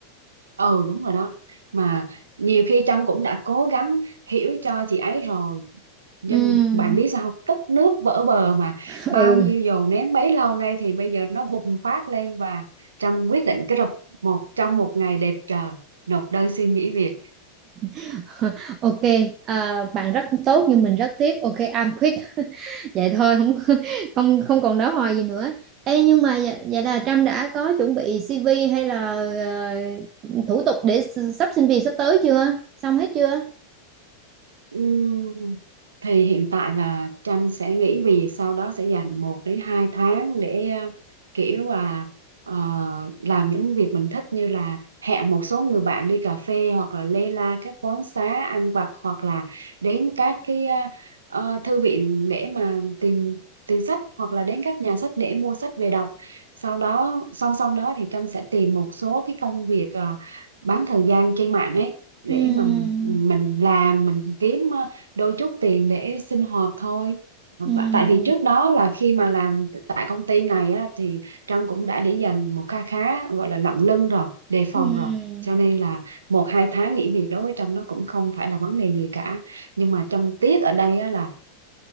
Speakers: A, on the right (about 70°); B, on the right (about 35°).
A: ừ đúng rồi đó mà nhiều khi Trâm cũng đã cố gắng hiểu cho chị ấy rồi nhưng
B: ừ
A: bạn biết sao không? tích nước vỡ bờ mà
B: ừ
A: bao nhiêu dồn nén bấy lâu nay thì bây giờ nó bùng phát lên và Trâm quyết định cái rập một trong một ngày đẹp trời nộp đơn xin nghỉ việc
B: <laughs> ok à, bạn rất tốt nhưng mình rất tiếc ok I'm quick <laughs> vậy thôi không <laughs> không không còn nói hoài gì nữa Ê, nhưng mà vậy, vậy là Trâm đã có chuẩn bị CV hay là ờ, thủ tục để s- sắp xin việc sắp tới chưa xong hết chưa
A: Ừm, thì hiện tại là Tranh sẽ nghỉ việc sau đó sẽ dành một đến hai tháng để ờ, kiểu là ờ, làm những việc mình thích như là hẹn một số người bạn đi cà phê hoặc là lê la các quán xá ăn vặt hoặc là đến các cái ờ, ờ, thư viện để mà tìm tìm sách hoặc là đến các nhà sách để mua sách về đọc sau đó song song đó thì Tranh sẽ tìm một số cái công việc ờ, bán thời gian trên mạng ấy để
B: Ừm,
A: mà mình làm mình kiếm ờ, đôi chút tiền để sinh hoạt thôi và
B: ừm,
A: tại vì trước đó là khi mà làm tại công ty này á, thì Trâm cũng đã để dành một kha khá gọi là lận lưng rồi đề phòng
B: ừm,
A: rồi cho nên là một hai tháng nghỉ việc đối với Trâm nó cũng không phải là vấn đề gì cả nhưng mà Trâm tiếc ở đây á, là